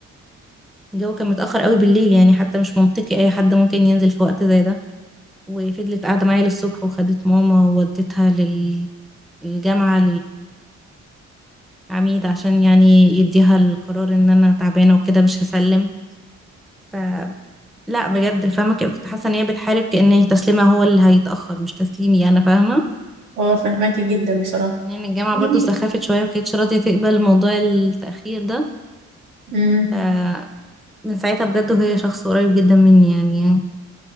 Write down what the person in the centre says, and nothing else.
الجو كان متأخر قوي بالليل يعني حتى مش منطقي أي حد ممكن ينزل في وقت زي ده وفضلت قاعدة معايا للصبح وخدت ماما ووديتها لل- للجامعة للعميد عشان يعني يديها القرار إن أنا تعبانة وكده مش هسلم ف لا بجد فاهمة ك- كنت حاسة إن هي بتحارب كأن هي تسليمها هو اللي هيتأخر مش تسليمي أنا فاهمة
لأن الجامعة
برضو سخافت شوية ومكانتش راضية تقبل موضوع التأخير ده
فمن ساعتها بجد وهي شخص قريب جدا مني يعني